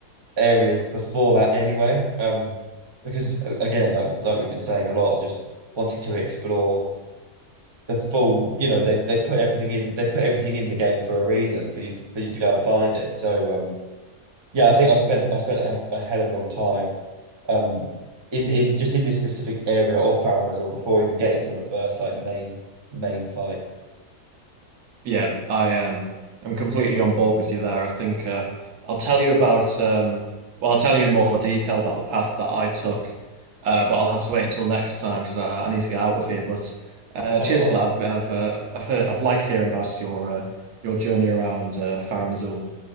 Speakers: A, on the right; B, on the right.
A: areas before that anyway. Um, because a- again, like like we've been saying a lot, just wanting to explore the full, you know, they've they've put everything in, they've put everything in the game for a reason for you for you to go and find it. So um, yeah, I think I spent I spent a, a hell of a long time um in in just in this specific area of Faramazor before even getting to the first like main main fight.
B: Yeah, I um I'm completely on board with you there. I think uh, I'll tell you about um well I'll tell you in more detail about the path that I took, uh, but I'll have to wait until next time because I, I need to get out of here. But uh,
A: Oh
B: cheers
A: no worries.
B: for that. I've I've, uh, I've heard I've liked hearing about your uh, your journey around uh, Farum Azula.